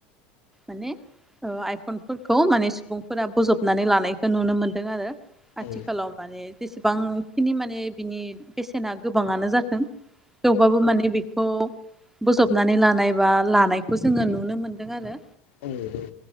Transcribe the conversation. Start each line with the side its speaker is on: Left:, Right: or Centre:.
Centre: माने आइफनफोरखौ माने सुबुंफोरा बोजबनानै लानायखौ नुनो मोनदों आरो।
Left: औ
Centre: आथिखालाव माने जेसेबांखिनि माने बिनि बेसेना गोबाङानो जाथों थेवबाबो माने बे खौ बोजबनानै लानाय बा लानायखौ जोङो नुनो मोनदों आरो।
Left: औ नंगौ